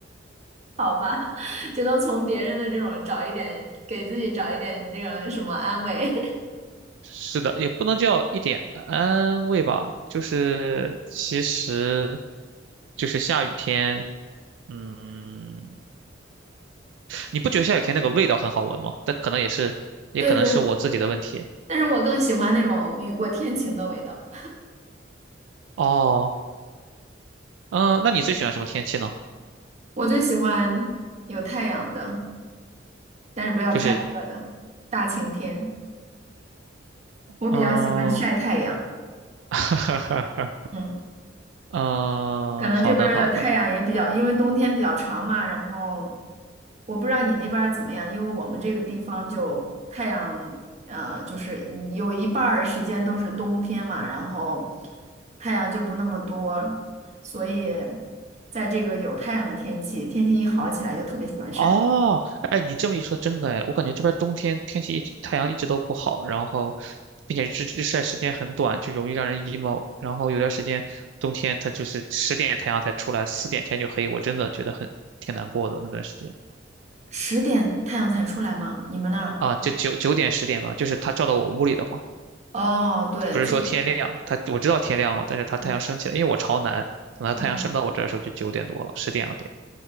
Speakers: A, on the right; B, on the right.
A: 好吧，<laughs> 只能从别人的这种找一点，给自己找一点那个什么安慰。
B: 是的，也不能叫一点安慰吧，就是其实就是下雨天，嗯，你不觉得下雨天那个味道很好闻吗？但可能也是，
A: <laughs>
B: 也可能是我自己的问题。
A: 对对，但是我更喜欢那种雨过天晴的味道。
B: 哦，嗯，那你最喜欢什么天气呢？
A: 我最喜欢有太阳的，但是不要太热的大晴天。
B: 就是，
A: 我比较喜欢晒太阳。
B: 嗯，<laughs> 哈哈，哈，
A: 嗯。
B: 嗯，
A: 可能这边儿的太阳也比较，
B: 好的，好的。
A: 因为冬天比较长嘛，然后我不知道你那边儿怎么样，因为我们这个地方就太阳，呃，就是你有一半儿时间都是冬天嘛，然后太阳就不那么多，所以在这个有太阳的天气，天气一好起来就特别喜欢晒太阳。
B: 哦，哎，你这么一说，真的哎，我感觉这边冬天天气一直太阳一直都不好，然后，并且日日晒时间很短，就容易让人 emo。然后有段时间冬天它就是十点太阳才出来，四点天就黑，我真的觉得很挺难过的那段时间
A: 十点太阳才出来吗？你们那儿？
B: 啊，就九九点十点吧，就是它照到我屋里的话，
A: 哦，对，
B: 不是说天亮，
A: 就。嗯
B: 它我知道天亮了，但是它太阳升起来，
A: 嗯
B: 因为我朝南，等它太阳升到我这儿的时候就九点多了，
A: 嗯
B: 十点了得。